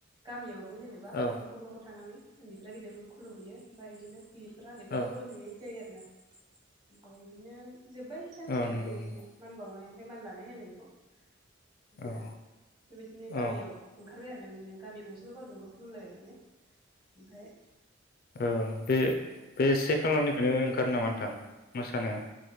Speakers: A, on the right; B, on the left.
A: गामियाव बे जेनेबा
B: औ
A: न'खर न'खर थांनानै उन्दै फोरा गिदिरफोरखौ खुुलुमहैयो ओमफ्राय इदिनो गिदिर फोरा उन्दैफोरखौ
B: औ
A: बोर होयै जायो आरोना ओमफाय इदिनो जोब्बाय सानसेया
B: औ नंगौ
A: बेबायदिनो
B: नंगौ
A: मान बावनाय ओमफाय मान लानाय होनो बेखौ ओमफाय
B: औ
A: बेबायदिनो गामियाव
B: औ
A: ओंखारबाय आरोना बिदिनो गामि गंसेखौ गावजों गाव खुलुमलायो माने ओमफाय
B: ओं बे बे से खालारनिफ्रायनो ओंखारो नामा नों थां मोसानो